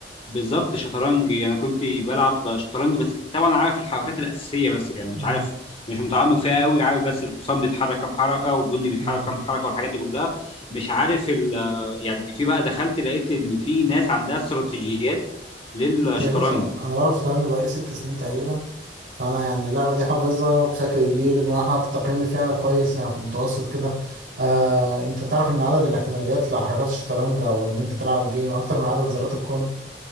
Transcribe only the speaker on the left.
بالظبط شطرنج يعني انا كنت بلعب شطرنج بس طبعا عارف الحركات الاساسيه بس يعني مش
عارف مش متعمق فيها قوي عارف بس الحصان بيتحرك كام حركه والجندي بيتحرك
كام حركه والحاجات دي كلها مش عارف ال يعني في بقى دخلت لقيت ان في ناس عندها استراتيجيات للشطرنج